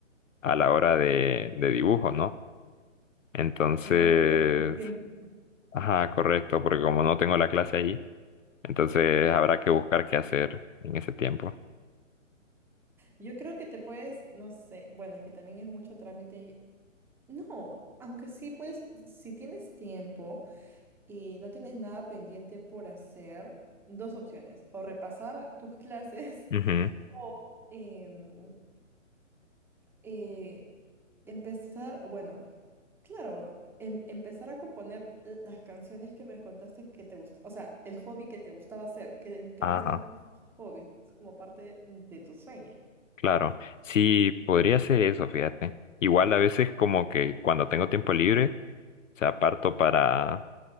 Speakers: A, on the left; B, in the centre.
A: a la hora de, de dibujo, ¿no? Entonces,
B: Ajá, ahí tienes mucho tiempo.
A: ajá, correcto, porque como no tengo la clase ahí, entonces habrá que buscar qué hacer en ese tiempo.
B: Yo creo que te puedes, no sé, bueno, es que también es mucho trámite No, aunque sí, pues, si tienes tiempo y no tienes nada pendiente por hacer, dos opciones, o repasar tus clases
A: Ujú,
B: <laughs> o em, eh, empezar, bueno, claro, em- empezar a componer l- las canciones que me contaste que te gusta, o sea, el hobby que te gustaba hacer, que, n- que
A: Ajá.
B: no es tan hobby, es como parte de tu sueño.
A: Claro, sí, podría ser eso, fíjate. Igual a veces como que cuando tengo tiempo libre, o sea, parto para,